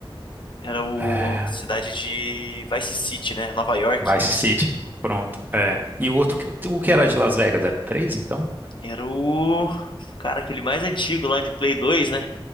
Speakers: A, on the left; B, on the right.
A: Era o
B: É.
A: cidade de Vice City, né? Nova York.
B: Vice City. Pronto. É. E o outro, que- o que era de Las Vegas? Era o 3, então?
A: Era o, cara, aquele mais antigo lá de Play 2, né?